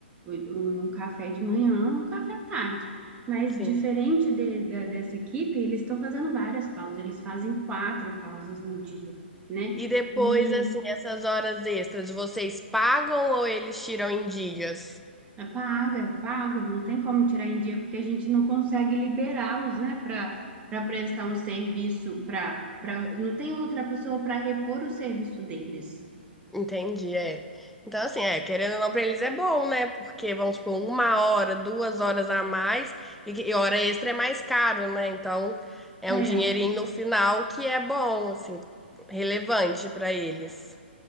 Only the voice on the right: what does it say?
um café de manhã, um café à tarde. Mas
diferente de- da- dessa equipe, eles estão fazendo várias pausas, eles fazem quatro pausas no dia, né?
E
é paga, é pago, não tem como tirar em dia, porque a gente não consegue liberá-los, né, para para prestar um serviço, para para não tem outra pessoa para repor o serviço deles.
É.